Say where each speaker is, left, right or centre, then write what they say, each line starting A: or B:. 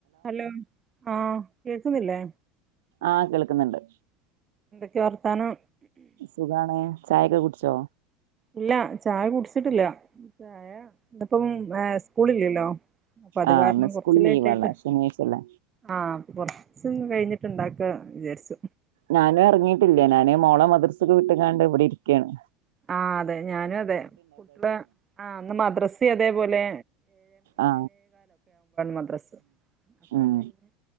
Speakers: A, on the right; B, on the right.
A: Hello ആ കേൾക്കുന്നില്ലേ
B: ആ കേൾക്കുന്നുണ്ട്.
A: ക്കെ വർത്താനം
B: സുഖാണ് ചായ ഒക്കെ കുടിച്ചോ
A: ഇല്ലാ ചായ കുടിച്ചിട്ടില്ല ചായ ഇന്നിപ്പോ സ്കൂളില്ലല്ലോ അപ്പൊ അത്
B: ആഹ്
A: കാരണം
B: ഇന്ന് സ്കൂൾ
A: കുറച്ചു ലേറ്റ്
B: ലീവാണല്ലോ
A: ആയിട്ട്,
B: ശനിയാഴ്ചല്ലേ
A: ആ കുറച്ചൊന്നു കഴിഞ്ഞിട്ടുണ്ടാക്കണം ആ വിചാരിച്ചു.
B: ഞാനും ഇറങ്ങിയിട്ടില്ല ഞാൻ മോളെ മദ്രസ്സക്ക് വിട്ട്ക്കാണ്ട് ഇവടെ ഇരിക്കാണ്.
A: ആ അതെ ഞാനും അതെ കുട്ടികളെ ആ ഇന്ന് മദ്രസ്സ അതെ പോലെ
B: ആ
A: മദ്രസ അപ്പൊ
B: ഉം
A: അത് കഴിഞ്ഞ്